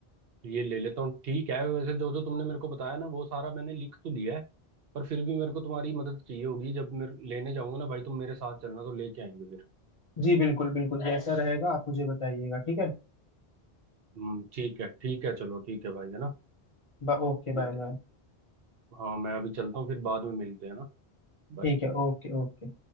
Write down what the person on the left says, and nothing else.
जी बिल्कुल बिल्कुल जैसा रहेगा आप मुझे बताइएगा ठीक है
बा, ओके
बाय बाय
ठीक है ओके ओके